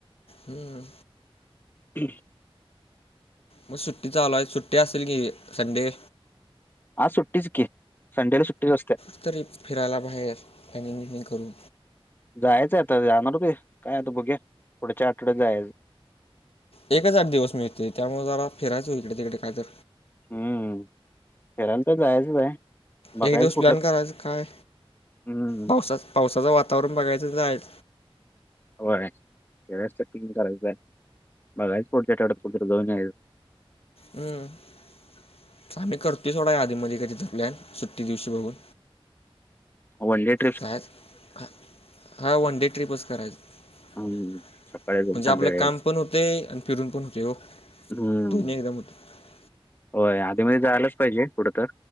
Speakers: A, on the left; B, on the left.
A: हम्म
B: हम्
A: मग सुट्टी चालू आहे सुट्टी असेल की संडे
B: आज सुट्टीच की संडेला सुट्टीच असते
A: क तरी फिरायला बाहेर टॅनिंग बमिंग करून
B: जायचं आहे आता जाणार का काय आता बघ्या पुढेच्या आठवड्यात जायचं
A: एकचार दिवस मिळते त्यामुळे जरा फिरायचो इकडे तिकडे काय तर
B: हम्म फिरायला तर जायचंच आहे बघायचं
A: एक दिवस
B: कुठलं
A: प्लॅन करायचं काय
B: हम्म
A: पावसा पावसाचं वातावरण बघायचं जायच
B: होयं खचिंग करायचं आहे बघायचं पुढच्यावतत दोन
A: हम्मं आम्हीं करतोय थोडा आधीमध्ये का तिथं प्लॅन सुट्टी दिवशी बघूंन
B: व्हॉलेट
A: कायच ह हां वन डे ट्रिपचं करायचं
B: हम्म सकाळी जाऊन
A: म्हणजे
B: संध्याकाळी
A: आपलं
B: यायचं
A: कामं पणं होतें आणि फिरून पणं होतें हो
B: हम्म
A: तुभी एकदां <unintelligible>
B: होय आधी म जायलाच पाहिजे कुठ तर